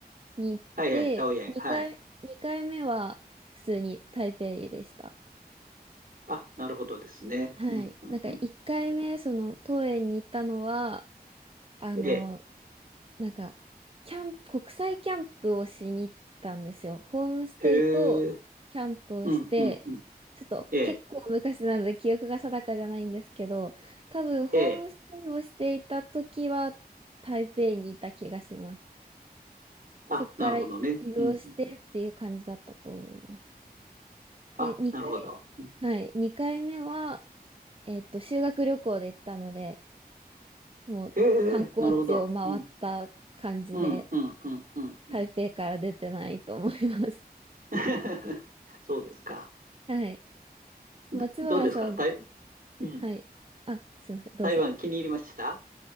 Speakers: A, on the right; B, on the right.
A: に行って、
B: はいはい、桃園。
A: 2回、
B: はい。
A: 2回目は普通に台北でした。
B: あ、なるほどですね。
A: はい。
B: うん、うん、
A: なんか1回目、
B: うん。
A: その桃園に行ったのは、あの、
B: ええ。
A: なんか、キャンプ、国際キャンプをしに行ったんですよ。ホームステイとキャンプをして、
B: へえ。うん、うん、うん。
A: ちょっと結構昔なので記憶が定かじゃないんですけど、
B: ええ。
A: 多分ホームステイをしていた時は台北にいた気がします。
B: ええ。あ、
A: そこから移動してっていう感じだったと思います。
B: なるほどね。うん、うん、うん。あ、
A: で、2回、
B: なるほど。うん
A: はい、2回目は、えっと、修学旅行で行ったので、もう観光地を回った感じで、
B: へえ、なるほど。うん、うん、うん、うん、うん。うん
A: 台北から出てないと思います。
B: <laughs> そうですか。
A: はい。松原さん、
B: ど、どうですか台、うん。
A: はい。あ、すいません、どうぞ。
B: 台湾気に入りました